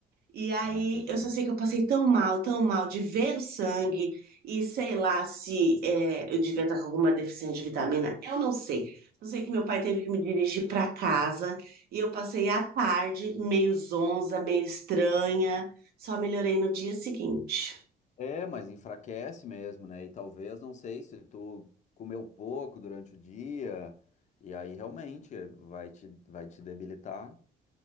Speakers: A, on the right; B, on the left.
A: E aí
B: Ah, pois
A: eu
B: é.
A: só sei que eu passei tão mal, tão mal de ver o sangue. E sei lá se é, eu devia estar com alguma deficiência de vitamina. Eu não sei. Eu sei que meu pai teve que me dirigir para casa. E eu passei a tarde meio zonza, meio estranha. Só melhorei no dia seguinte.
B: É, mas enfraquece mesmo, né? E talvez, não sei, se tu comeu pouco durante o dia, e aí realmente vai te, vai te debilitar.